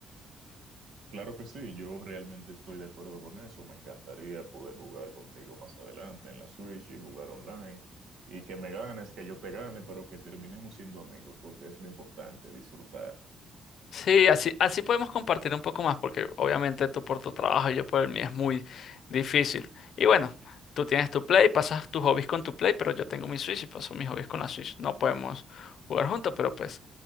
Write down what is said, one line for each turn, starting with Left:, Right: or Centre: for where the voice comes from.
Right: Claro que sí, yo realmente estoy de acuerdo con eso. Me encantaría poder jugar contigo más adelante en la Switch y jugar online. Y que me ganes, que yo te gane, pero que terminemos siendo amigos, porque es lo importante, disfrutar.
Left: Sí, así, así podemos compartir un poco más, porque obviamente tú por tu trabajo y yo por el mío es muy difícil. Y bueno, tú tienes tu Play, pasas tus hobbies con tu Play, pero yo tengo mi Switch y paso mis hobbies con la Switch. No podemos jugar juntos, pero pues